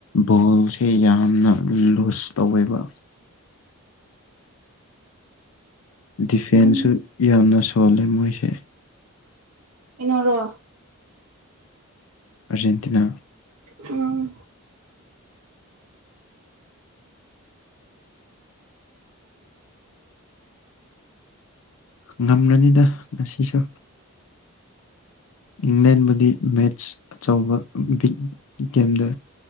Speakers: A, on the left; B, on the right.
A: ꯕꯣꯜꯁꯦ ꯌꯥꯝꯅ ꯂꯨꯖ ꯇꯧꯋꯦꯕ ꯗꯤꯐꯦꯟꯁꯨ
B: ꯎꯝ
A: ꯌꯥꯝꯅ ꯁꯣꯜꯂꯦ ꯃꯣꯏꯁꯦ
B: ꯀꯩꯅꫭꯔꯣ
A: ꯑꯔꯖꯦꯟꯇꯤꯅꯥ
B: ꯎꯝ
A: ꯉꯝꯂꯅꯤꯗ ꯉꯁꯤꯁꯨ ꯏꯪꯂꯦꯟꯕꯨꯗꯤ ꯃꯦꯠꯁ ꯑꯆꯧꯕ ꯕꯤꯠ <unintelligible> ꯒꯦꯝꯗ